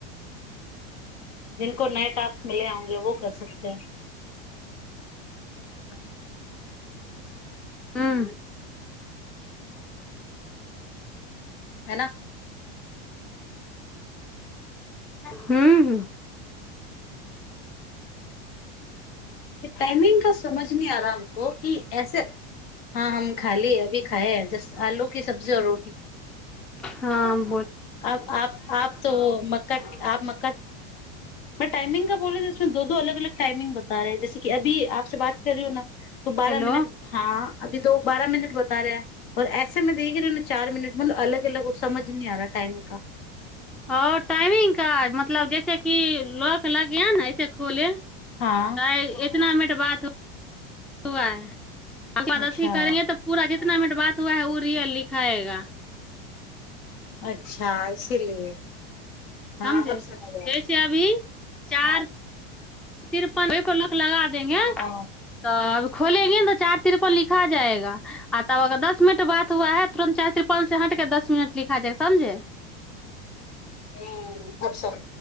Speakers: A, on the left; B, in the centre.
A: जिनको नए टाास्क मिले हउंगे वो कर सकत है <inaudible>
B: हँ
A: हेना
B: ह्म ह
A: टाइमिंग क समझ नहि आ रहा हमको ही ऐसे हँ हम खा ली अभी खाए है ज आलू क सब्जी और रोटी
B: हँ
A: आ आप तो मक्का आप मका मै टाइमिंग क बोल रही ती उसमे दो दो अलग अलग टाइमिंग बता रहेै जैसे कि अभी आपसँ बात कर रहीौ ना तू बारह
B: हेलो
A: मिनट हँ अभी तो बारह मिनट बता रहेै ऐसे मे देखी चार मिनट मतलब अलग अलग ओ समझ नहि आ रहा शानि क
B: आओर टाइमिंग क मतलब जैस किी लऽ के लग य ने ऐसे कुल
A: हाँ
B: तऽ इतनामे बात हुआ है आ
A: अच्छा
B: आदत ही करेे तऽ पूरा जे कितना मिनट बात हुआ है ओ रियल लिखाएगा
A: अच्छा इसीलिए हाँ
B: समझे
A: अब समझ आया
B: जैसे अभी चार
A: हाँ
B: तिरपन लगा द देंगे
A: हाँ
B: तऽब
A: हाँ
B: खोलेंगे ने त चार तिरप लिखा जाएगा आ तब अगर दस दू मिनट बात
A: अच्छा
B: हआ है तुरन् चायत हट के दस मिन ला
A: हूँ अच्छा